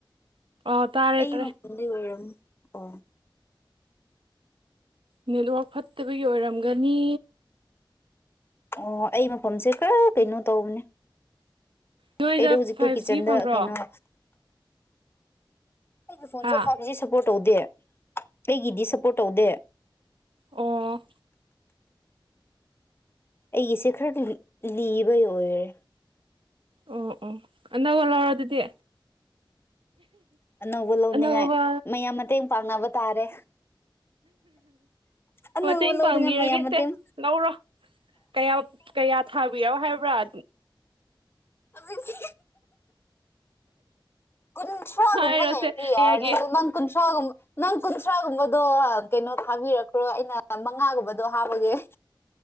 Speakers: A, on the right; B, on the left.
A: ꯑꯣ ꯇꯥꯔꯦ
B: ꯑꯩ
A: ꯇꯥꯔꯦ
B: ꯃꯄꯨꯟꯗꯩ ꯑꯣꯏꯔꯝꯅꯤ ꯑꯣ
A: ꯅꯦꯠꯋꯔꯛ ꯐꯠꯇꯕꯒꯤ ꯑꯣꯏꯔꯝꯒꯅꯤ
B: ꯑꯣ ꯑꯩ ꯃꯐꯝꯁꯦ ꯈꯔ ꯀꯩꯅꯣ ꯇꯧꯕꯅꯦ
A: ꯅꯣꯏꯗ
B: ꯑꯩꯗꯣ ꯍꯧꯖꯤꯛꯇꯣ
A: ꯐꯥꯏꯚ
B: ꯀꯤꯠꯆꯟꯗ
A: ꯖꯤ ꯐꯪꯕ꯭ꯔꯣ
B: ꯀꯩꯅꯣ ꯑꯩꯒꯤ ꯐꯣꯟꯁꯦ
A: ꯍꯥ
B: ꯐꯥꯏꯚ ꯖꯤ ꯁꯞꯄꯣꯔꯠ ꯇꯧꯗꯦ ꯀꯩꯒꯤꯗꯤ ꯁꯞꯄꯣꯔꯠ ꯇꯧꯗꯦ
A: ꯑꯣ
B: ꯑꯩꯒꯤꯁꯦ ꯈꯔ ꯂꯤꯕꯩ ꯑꯣꯏꯔꯦ
A: ꯑꯣ ꯑꯣ ꯑꯅꯧꯕ ꯂꯧꯔꯣ ꯑꯗꯨꯗꯤ
B: ꯑꯅꯧꯕ ꯂꯧꯅꯤꯡꯉꯥꯏ
A: ꯑꯅꯧꯕ
B: ꯃꯌꯥꯝ ꯃꯇꯦꯡ ꯄꯥꯡꯅꯕ ꯇꯥꯔꯦ ꯑꯅꯧꯕ
A: ꯃꯇꯦꯡ
B: ꯂꯧꯅꯤꯡꯉꯥꯏ
A: ꯄꯥꯡꯕꯤꯔꯒꯦ
B: ꯃꯌꯥꯝ ꯃꯇꯦꯡ
A: ꯁꯦ ꯂꯧꯔꯣ ꯀꯌꯥ ꯀꯌꯥ ꯊꯥꯕꯤꯔꯣ ꯍꯥꯏꯕ꯭ꯔꯥ
B: ꯑꯗꯨ ꯀꯨꯟꯊ꯭ꯔꯥꯒꯨꯝꯕ
A: ꯍꯥꯏꯔꯣꯁꯦ
B: ꯂꯩꯔꯗꯤ ꯌꯥꯔꯅꯤ
A: ꯀꯌꯥꯒꯤ
B: ꯑꯗꯨ ꯅꯪ ꯀꯨꯟꯊ꯭ꯔꯥꯒꯨꯝꯕ ꯅꯪ ꯀꯨꯟꯊ꯭ꯔꯥꯒꯨꯝꯕꯗꯣ ꯀꯩꯅꯣ ꯊꯥꯕꯤꯔꯛꯈ꯭ꯔꯣ ꯑꯩꯅ ꯃꯉꯥꯒꯨꯝꯕꯗꯣ ꯍꯥꯕꯒꯦ